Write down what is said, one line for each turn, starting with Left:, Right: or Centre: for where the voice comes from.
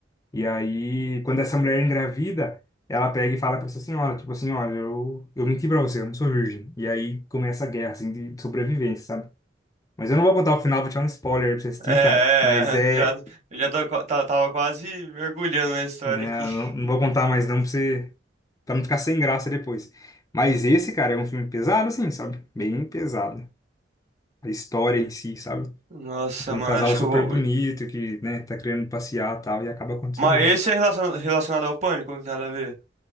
Left: E aí, quando essa mulher é engravida, ela pega e fala pra essa senhora, tipo assim, olha, eu, eu menti pra você, eu não sou virgem. E aí começa a guerra, assim, de de sobrevivência, sabe? Mas eu não vou contar o final, vou te dar um spoiler aí pra você assistir,
Right: É,
Left: cara. Mas é,
Right: é, já, já tô, qua- tá- tava quase mergulhando na história
Left: né,
Right: aqui. <laughs>
Left: eu não, não vou contar mais não pra você, pra não ficar sem graça depois. Mas esse, cara, é um filme pesado, assim, sabe? Bem pesado. A história em si, sabe?
Right: Nossa,
Left: Tipo, um
Right: mano,
Left: casal
Right: acho
Left: super
Right: que eu vou.
Left: bonito que, né, tá querendo passear e tal, e acaba acontecendo
Right: Mas
Left: isso.
Right: esse é relaciona- relacionado ao pânico, não tem nada a ver.